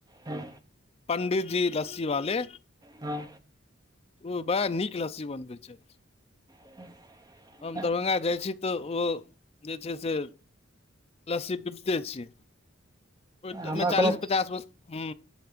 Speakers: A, on the right; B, on the left.
A: हँ
B: पण्डिजी लस्सी वाले
A: हँ
B: उ बड़ा नीक लस्सी बनबै छै
A: <inaudible>
B: दरभंगा जाइ छी त ओ जे छै से लस्सी पिबते छी <unintelligible>
A: हमरा कोनो
B: चालीस पचास वर्ष ह